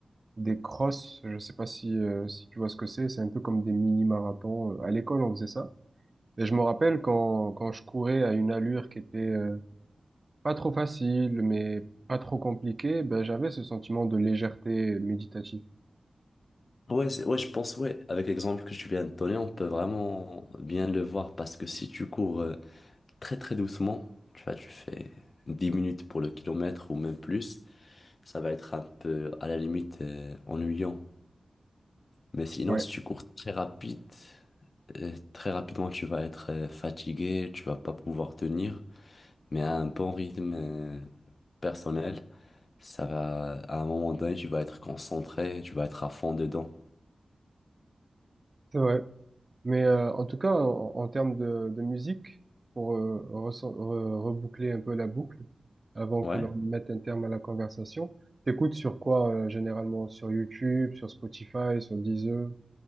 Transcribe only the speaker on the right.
des crosses. Je sais pas si euh, si tu vois ce que c'est. C'est un peu comme des mini-marathons. Euh, À l'école on faisait ça. Et je me rappelle quand quand je courais à une allure qui était euh, pas trop facile mais pas trop compliquée, ben j'avais ce sentiment de légèreté méditative.
Ouais,
c'est vrai. Mais euh, en tout cas, en, en termes de, de musique, pour euh, reso- re- reboucler un peu la boucle, avant
que l'on mette un terme à la conversation, t'écoutes sur quoi euh, généralement? Sur YouTube, sur Spotify, sur Deezer?